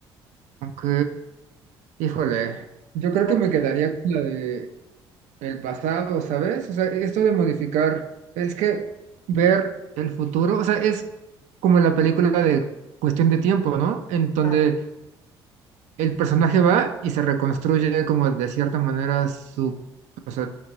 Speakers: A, on the right; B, on the left.
A: Ok, híjole, yo creo
B: O
A: que
B: sea,
A: me quedaría con la de el pasado, ¿sabes? O sea, esto de modificar, es que ver el futuro, o sea, es como la película de Cuestión de Tiempo, ¿no? En donde
B: ah,
A: el personaje va y se reconstruye como de cierta manera su, o sea,